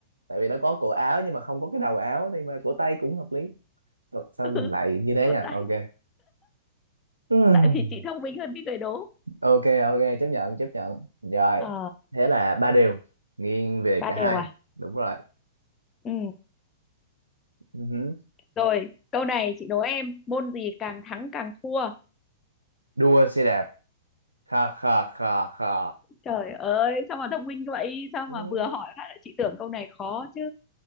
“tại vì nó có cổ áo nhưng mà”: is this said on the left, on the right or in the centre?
Right